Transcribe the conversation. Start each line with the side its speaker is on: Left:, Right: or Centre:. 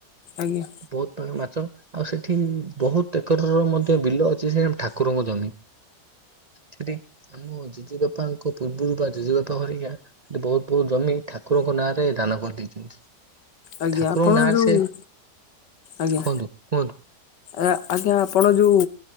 Left: ଆଜ୍ଞା ଆଜ୍ଞା
Right: ବହୁତ ପ୍ରଳ ମାଛ ଆଉ ସେଠି ବହୁତ ଏକର ର ମଧ୍ୟ ବିଲ ଅଛି ସେ ଠାକୁରଙ୍କ ଜମି। ସେଠି ଆମ ଜେଜେବାପାଙ୍କ ପୂର୍ବରୁ ବା ଜେଜେବାପା ହରିକା ସେଠି ବହୁତ ବହୁତ ଜମି ଠାକୁରଙ୍କ ନାଁ ରେ ଦାନ କରିଦେଇଛନ୍ତି।
Left: ଆଜ୍ଞା
Right: ଠାକୁରଙ୍କ
Left: ଆପଣ
Right: ନାଁରେ
Left: ଯୋଉ
Right: ସେ
Left: ଆଜ୍ଞା
Right: କୁହନ୍ତୁ କୁହନ୍ତୁ
Left: ଆ ଆଜ୍ଞା ଆପଣ ଯୋଉ